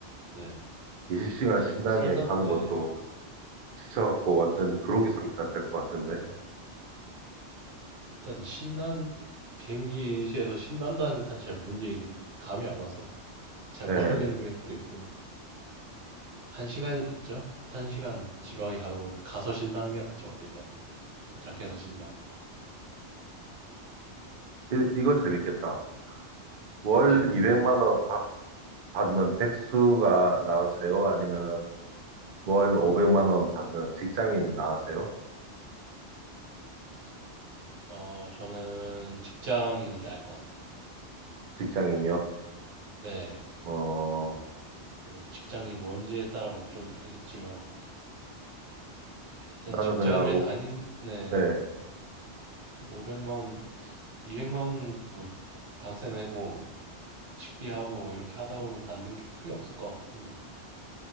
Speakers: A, on the right; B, on the right.
A: 네.
B: 20시간
A: 사실
B: 신나게
A: 상상,
B: 가는
A: 네,
B: 것도 지쳐갖고 완전히 그로기 상태가 될 것 같은데.
A: 네. 일단 신난, 비행기에서 신난다는 게 사실 잘 뭔지 이게 감이 안 와서 잘
B: 예.
A: 모르겠는 것도 있고. 한 시간이 낫죠? 한 시간 지루하게 가고 가서 신나는 게 낫죠. 어딜 가든 도착해서 신나는 게.
B: 이, 이거 재밌겠다. 월
A: 네네.
B: 200만 원 박- 받는 백수가 나으세요? 아니면 월 500만 원 받는 직장인이 나으세요?
A: 어, 저는 직장인이 나을 것 같아요.
B: 직장인이요?
A: 네.
B: 어,
A: 어, 직장이 뭔지에 따라 뭐 좀 다르겠지만 일단
B: 나는
A: 직장을
B: 그냥, 오-
A: 다니 네.
B: 네,
A: 500만 원, 200만 원은 뭐 방세 내고 식비하고 뭐 이렇게 하다 보면 남는 게 크게 없을 것 같고